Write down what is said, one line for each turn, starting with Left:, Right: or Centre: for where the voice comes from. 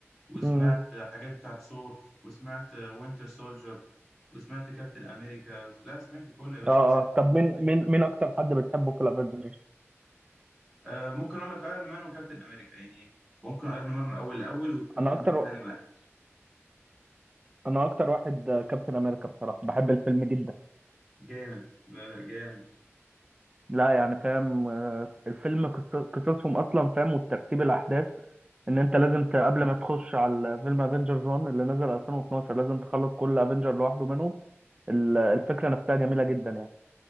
Centre: وسمعت
Right: امم
Centre: حاجات بتاعت ثور وسمعت وينتر سولجر وسمعت كابتن امريكا لا سمعت كله يا باشا
Right: اه
Centre: ما سبت
Right: اه طب مين مين مين اكتر حد بتحبه في الافينجرز
Centre: آه ممكن اقول لك ايرون مان وكابتن امريكا يعني ممكن ايرون مان اول الاول وكابتن
Right: انا اكتر
Centre: امريكا ثاني واحد
Right: انا اكتر واحد كابتن امريكا بصراحه بحب الفيلم جدا
Centre: جامد لا لا جامد
Right: لا يعني فاهم آه، الفيلم قص- قصصهم اصلا فاهم وترتيب الاحداث ان انت لازم ت- قبل ما تخش على فيلم افنجرز 1 اللي نزل 2012 لازم تخلص كل افنجر لوحده منهم ال- الفكره نفسها جميله جدا يعني